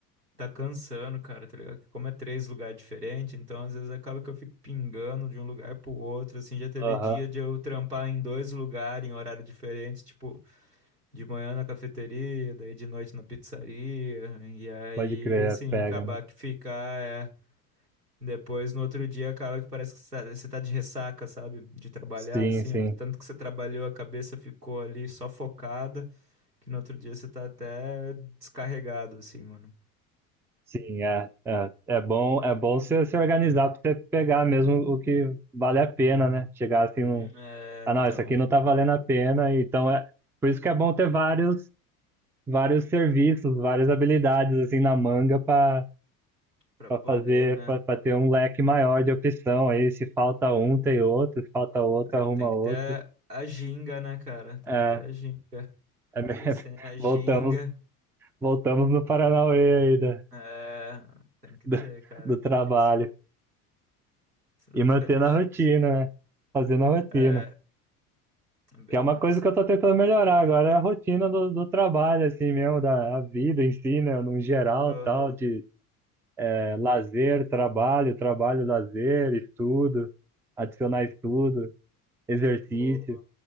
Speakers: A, on the right; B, in the centre.
A: tá cansando, cara, tá ligado? Que como é três lugares diferentes, então às vezes acaba que eu fico pingando de um lugar pro outro, assim, já teve
B: Aham,
A: dia de eu trampar em dois lugares, em horário diferente, tipo, de manhã na cafeteria, daí de noite na pizzaria, e aí,
B: pode crer,
A: assim,
B: é, pega,
A: acabar
B: né?
A: que ficar, é. Depois, no outro dia, acaba que parece que você tá você tá de ressaca, sabe? De trabalhar,
B: Sim,
A: assim,
B: sim.
A: ó. Tanto que você trabalhou, a cabeça ficou ali só focada, que no outro dia você tá até descarregado, assim, mano.
B: Sim, é, é, é bom, é bom você se organizar para você pegar mesmo o que vale a pena, né? Chegar assim, num,
A: Hum, É,
B: ah, não,
A: então,
B: isso aqui não tá valendo a pena, então é por isso que é bom ter vários, vários serviços, várias habilidades assim na manga para
A: pra
B: para
A: poder,
B: fazer,
A: né?
B: para ter um leque maior de opção. Aí se falta um, tem outro, se falta outro,
A: É,
B: arruma
A: Tem
B: outro.
A: que ter a, a ginga, né, cara? Tem
B: É,
A: que ter a ginga. Porque
B: é me- <laughs>
A: sem a ginga,
B: voltamos, voltamos no Paranauê aí da-
A: é, tem que
B: do,
A: ter, cara,
B: do trabalho
A: porque assim, senão
B: e mantendo
A: fica difícil.
B: a rotina, né? Fazendo a rotina.
A: É, bem
B: Que é uma coisa
A: essa,
B: que eu tô
A: mano.
B: tentando melhorar agora, é a rotina do, do trabalho, assim mesmo, da a vida em si, né? no geral,
A: Aham,
B: tal, de é, lazer, trabalho, trabalho, lazer, estudo, adicionar estudo, exercício.
A: boa.